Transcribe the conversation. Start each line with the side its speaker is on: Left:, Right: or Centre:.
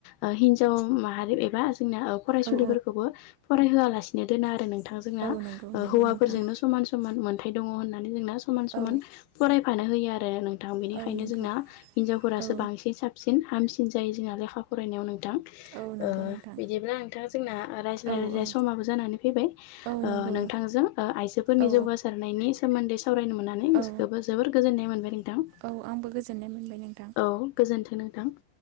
Left: ओ हिनजाव माहारि एबा जोंना फरायसुलिफोरखौबो
Right: औ
Left: फरायहोआलासिनो दोना आरो नों थां जोंना
Right: औ नंगौ
Left: ओ
Right: नंगौ
Left: हौवाफोरजोंनो
Right: नोंथां
Left: समान समान मोनथाय दङ होननानै जोंना समान समान
Right: औ
Left: फरायफानो होयो आरो नोंथां बेनिखायनो
Right: औ नंगौ
Left: जोंना हिनजावफोरासो
Right: औ
Left: बांसिन साब सिन हामसिन जायो जोंना लेखा फरायनायाव नोंथां
Right: औ नंगौ
Left: ओ
Right: नोंथां
Left: बिदिब्ला नोंथां जोंना रायज्लाय
Right: औ
Left: रायज्लाय
Right: औ
Left: समाबो जानानै फैबाय।
Right: औ
Left: ओ
Right: नंगौ
Left: नोंथांजों ओ आइजोफोरनि
Right: औ
Left: जौगासारनायनि सोमोन्दै सावरायनो मोननानै गोसोखौबो
Right: औ
Left: जोबोर गोजोन्नाय मोनबाय नोंथां।
Right: औ आंबो गोजोननाय मोनबाय नोंथां।
Left: औ गोजोन्थों नोंथां।